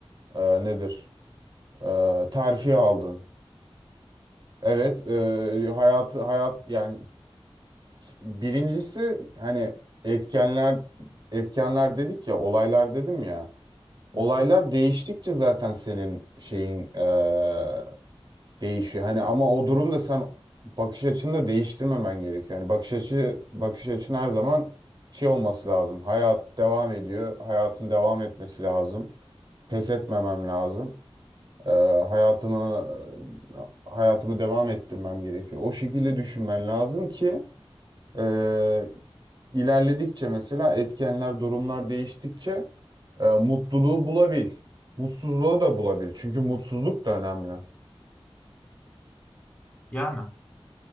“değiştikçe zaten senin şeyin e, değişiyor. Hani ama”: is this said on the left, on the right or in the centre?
Right